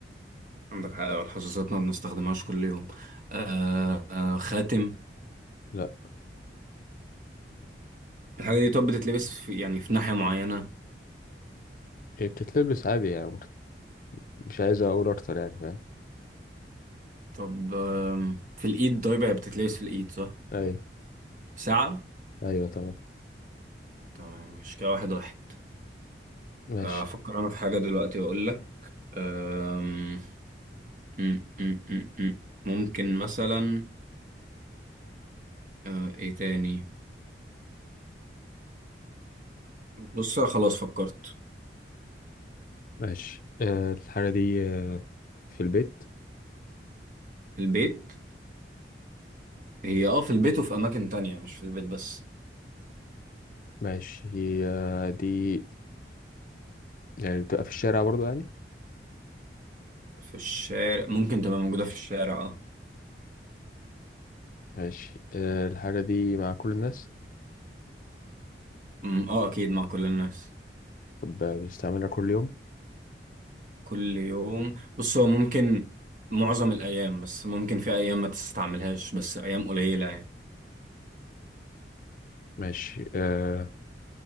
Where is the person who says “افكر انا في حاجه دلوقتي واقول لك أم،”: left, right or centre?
Right